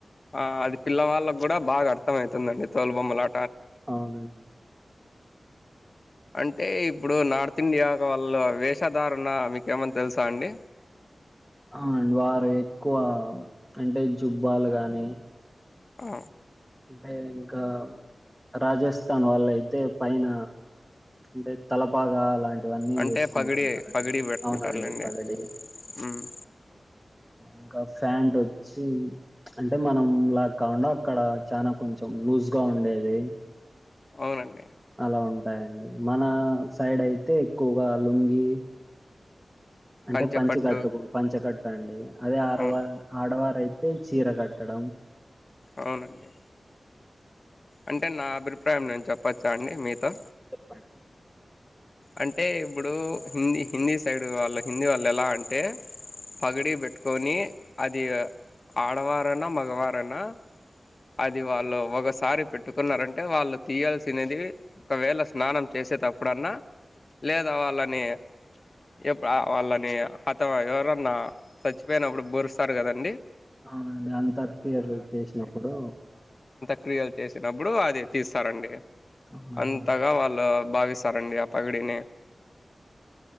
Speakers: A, on the left (about 45°); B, in the centre.
A: ఆ అది పిల్లవాళ్ళకి కూడా బాగా అర్థం అయితుందండి తోలు బొమ్మలా
B: అవునండి
A: అంటే ఇప్పుడు నార్త్ ఇండియా వాళ్ళ వేషధారణ మీకు ఏమన్నా తెలుసా అండి
B: అవునండి వారు ఎక్కువ అంటే జుబ్బాలు గానీ
A: ఆ
B: అంటే ఇంకా రాజస్థాన్ వాళ్లు అయితే పైన అంటే తలపాగా అలాంటివన్నీ
A: అంటే
B: వేసుకుంటుంటారండి
A: పగిడి పగిడి పెట్టుకుంటారులేండి.
B: అవునా అండి పగడి
A: హ్మ్.
B: అలా ఇంకా ఫ్యాంట్ వచ్చి అంటే మనం ఎక్కడుంటే అక్కడ చనా కొంచం లూజ్ గ ఉండేది
A: అవునండి
B: అలా ఉంటాయండి మన సైడ్ అయితే ఎక్కువగా లుంగి అంటే
A: కంచెపట్టు
B: పంచకట్టుకు పంచకట్టు ప్పండి అదే ఆడవ
A: అవును.
B: ఆడవారయి అయితే చీర కట్టడం
A: అవునండి అంటే నా అభిప్రాయం మేం చెప్పచ్చా అండి మీతో
B: చెప్పండి
A: అంటే ఇప్పుడు హిందీ హిందీ సైడ్ వాళ్ళ హిందీ వాళ్ళు ఎలా అంటే పగిడి పెట్టుకొని అది ఆడవారనా మగవారనా అది వాళ్ళు ఒకసారి పెట్టుకున్నారంటే వాళ్ళు తీయాల్సినది ఒకవేళ స్నానం చేసేటప్పుడన్నా. లేదా వాళ్ళని ఎప్పు వాళ్ళని అత ఎవరన్నా చచ్చిపోయినప్పుడు పరుస్తారు కదండి
B: అవునండి అంతక్రియలు చేసినప్పుడు
A: క్రియలు చేసినప్పుడు అది తీస్తారండి
B: అవునండి
A: అంతగా వాళ్ళు బావిస్తారూ అండి పగిడిని